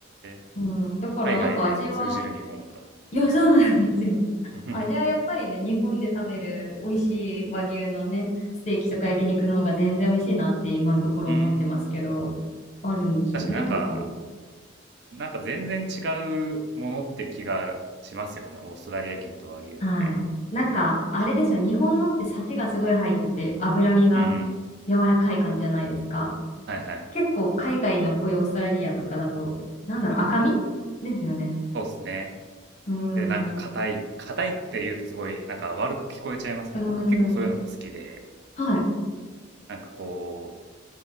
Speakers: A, on the right; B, on the left.
A: え、
B: うん、だからなんか味は、
A: 海外で通じる日本語だ。
B: いや、そうなんですよ。
A: <laughs>
B: 味はやっぱりね、日本で食べる美味しい和牛のね、ステーキとか焼肉の方が全然美味しいなって今のところ思ってますけど、
A: うーん。
B: あるんですよね、
A: 確かになんか、
B: 結構。
A: なんか全然違うものって気がしますよね。オーストラリア牛と和牛って。
B: はい。なんか、あれですよ、
A: その、
B: 日本のってサシがすごい入ってて、脂身が
A: うんうん。
B: 柔らかい感じじゃないですか。
A: はいはい。
B: 結構海外のこういうオーストラリアとかだと、なんだろう、赤身ですよね。
A: そうですね。
B: うーん。
A: で、なんか硬い、
B: う
A: 硬いって言うとすごいなんか悪く聞こえちゃいますけど、
B: ーん。
A: 僕結構そういうのも好きで、
B: はい。
A: なんかこ